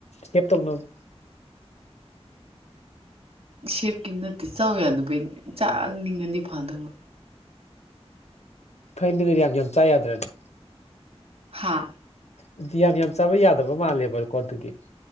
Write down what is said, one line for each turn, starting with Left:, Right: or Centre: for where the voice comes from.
Left: ꯍꯦꯞꯇꯧꯅꯕ
Right: ꯁꯦꯞꯀꯤ ꯅꯠꯇꯦ ꯆꯥꯎ ꯌꯥꯗꯕꯩꯅꯦ ꯆꯥꯅꯤꯡꯉꯗꯤ ꯐꯥꯗꯕ
Left: ꯐꯩꯅꯤꯗꯨꯗꯤ ꯌꯥꯝ ꯌꯥꯝ ꯆꯥ ꯌꯥꯗ꯭ꯔꯅꯤ
Right: ꯍꯥꯥ
Left: ꯑꯗꯨꯗꯤ ꯌꯥꯝ ꯌꯥꯝ ꯆꯥꯕ ꯌꯥꯗꯕ ꯃꯥꯜꯂꯦꯕꯀꯣ ꯑꯗꯨꯒꯤ